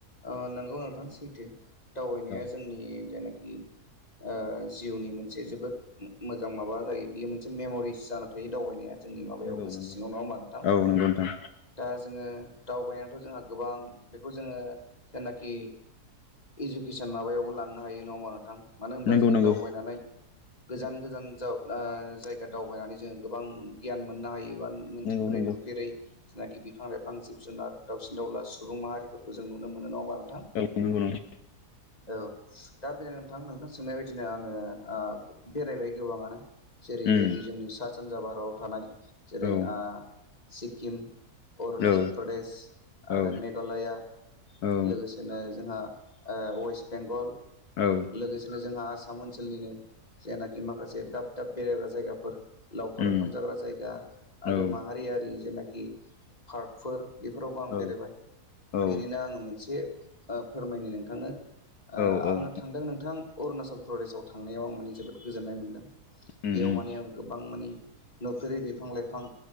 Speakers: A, on the left; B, on the left.
A: ओ नंगौ नोंथां सैथो। दावबायनाया
B: औ
A: जोंनि जायनाखि ओ जिउनि मोनसे जोबोद मो-मोजां माबा जायो बियो मोनसे मेमरिस जाना थायो दावबायनाया। जोंनि माबायाव
B: नंगौ
A: गोसो
B: नंगौ
A: सिङाव नङा होमबा नोंथां।
B: औ नंगौ नोंथां
A: दा जोङो दावबायनाथ' जोंहा गोबां बेखौ जोङो जेनाखि इडुकेसन माबायावबो लांनो हायो नङा होमा नोंथां? मानो होनब्ला
B: नंगौ
A: जोङो
B: नंगौ
A: दावबायनानै गोजान गोजान जाव जायगा दावबायनानै जोङो गोबां गियान मोननो हायो। <unintelligible> मोनथिफोरै
B: नंगौ नंगौ
A: नुफेरै जेनाखि बिफां लाइफां जिब जुनार दावसिन दावला सुबुं माहारिफोरखौ जों नुनो मोनो नङाोमा नोंथां?
B: औ नंगौ नोंथां
A: औ दा बे नोंथां नोंथां सोंनाय बायदिनो आङो बेरायबाय गोबाङानो जेरैबायदि
B: उम
A: जोंनि सा सानजा भारताव थानाय जेरै
B: औ
A: सिक्किम अरुणाचल
B: औ
A: प्रदेश आरो
B: औ
A: मेघालया
B: औ
A: लोगोसेनो जोंहा ओ वेसबेंगल
B: औ
A: लोगोसेनो जोंहा आ साम ओनसोलनिनो जेनाखि माखासे दाब दाब बेरायग्रा जायगाफोर लावखार
B: उम
A: ओंखाम जाग्रा जायगा आरो
B: औ
A: माहारियारि जेने- खि पार्कफोर बेफोरावबो आं बेरायबाय
B: औ औ
A: बेनिनो आङो मोनसे ओ फोरमायनि नोंथांनो ओ
B: औ
A: आङो
B: औ
A: थांदों नोंथां। अरुणाचल प्रदेशाव थांनायाव आं माने जोबोद गोजोन्नाय मोनदों।
B: उम
A: बेयाव
B: उम
A: माने आं गोबां मानि नुफेरि बिफां लाइफां